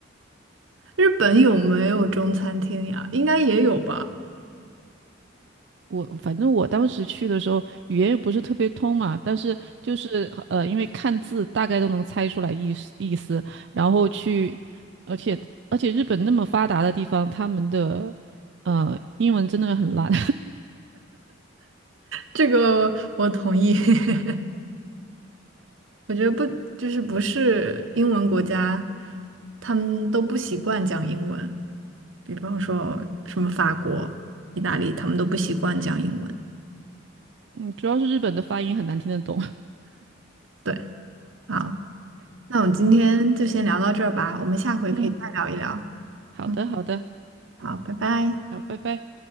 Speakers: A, on the right (about 80°); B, on the right (about 60°).
A: 日本有没有中餐厅呀？应该也有吧。
B: 我反正我当时去的时候，语言也不是特别通嘛，但是就是呃，因为看字大概都能猜出来意思意思，然后去，而且而且日本那么发达的地方，他们的呃英文真的很烂，
A: 这个我同意。<laughs> 我觉得不，就是不是英文国家，他们都不习惯讲英文。比方说什么法国、意大利，他们都不习惯讲英文。
B: <laughs> 嗯，主要是日本的发音很难听得懂。
A: 对，好，那我们今天就先聊到这儿吧，我们下回可以再聊一聊。
B: <laughs> 嗯，好的好的，
A: 嗯，好，拜拜。
B: 好，拜拜。